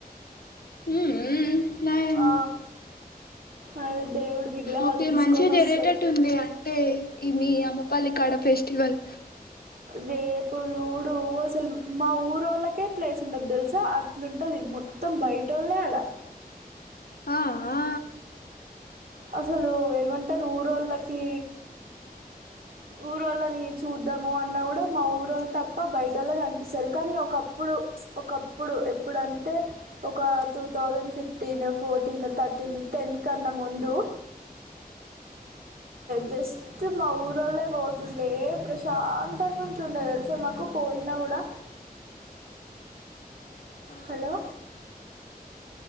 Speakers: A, on the left (about 75°); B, on the right (about 65°).
A: హుహు నయం
B: ఆ, ఆయన దేవుడి విగ్రహాలు
A: ఒకే
B: తీసుకొని
A: మంచిగ జరిగేటట్టుంది
B: వస్తారు
A: అంటే ఈ మీ అమ్మపల్లి కాడ జరిగే ఫెస్టివల్
B: రేపుచూడు అసలు మా ఊరోళ్లకే ప్లేస్ ఉండది తెల్సా అట్లుంటది మొత్తం బయటోలే ఆడా
A: ఆ ఆ
B: అసలు ఏమంటరు ఊరోళ్ళకీ ఊరోళ్ళని చూద్దాము అన్న కూడా మా ఊరోళ్లు తప్ప బయటోల్లే కనిపిస్తరు కానీ ఒకప్పుడు ఒకప్పుడు ఎప్పుడంటే ఒక two thousand fifteen fourteen thirteen ten కన్న ముందు జస్ట్ మా ఊరు వాళ్ళే పోతుండే ప్రశాంతంగా ఉంటుండే తెలుసా మాకు పోయినా కూడా
A: <inaudible> ఆ
B: హలో